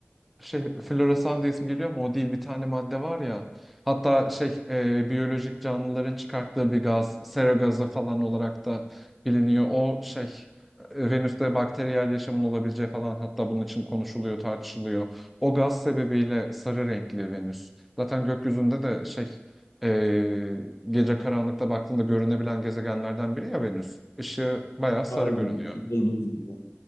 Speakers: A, in the centre; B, on the left (about 80°).
A: şey floresan diye isim geliyor ama o değil bir tane madde var ya. Hatta şey e, biyolojik canlıların çıkarttığı bir gaz, sera gazı falan olarak da biliniyor. O şey e, Venüs'te bakteriyel yaşamın olabileceği falan hatta bunun için konuşuluyor, tartışılıyor. O gaz sebebiyle sarı renkli Venüs. Zaten gökyüzünde de şey e, gece karanlıkta baktığında görünebilen gezegenlerden biri ya Venüs. Işığı bayağı sarı
B: Aynen,
A: görünüyor.
B: yıldız gibi.